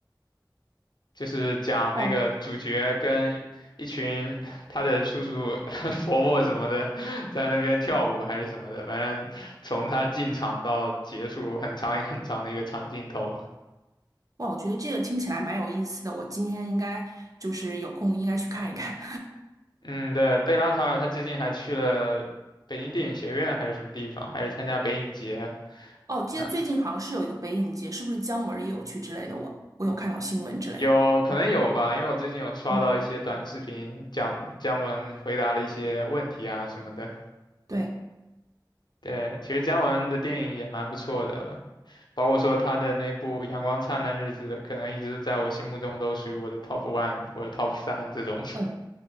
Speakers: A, on the left; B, on the right.
A: 就是讲那个主角跟一群他的叔叔、
B: 哦，
A: <laughs> 伯伯什么的在那边跳舞还是什么的，反正从他进场到结束很长很长的一个长镜头。
B: 哇，我觉得这个听起来蛮有意思的，我今天应该就是有空应该去看一看。
A: 嗯，对，贝拉塔尔他最近还去了北京电影学院还是什么地方，还是参加北影节
B: <laughs> 哦，记得最近好像是有一个北影节，
A: 啊，
B: 是不是姜文儿也有去之类的？我我有看到新闻之类的。
A: 有可能有吧，
B: 嗯，
A: 因为我最近有刷到一些短视频讲姜文回答了一些问题啊什么的。
B: 嗯对，
A: 对，其实姜文的电影也蛮不错的，包括说他的那部《阳光灿烂日子》，可能一直在我心目中都属于我的 top one 或者 top 三这种。
B: 嗯，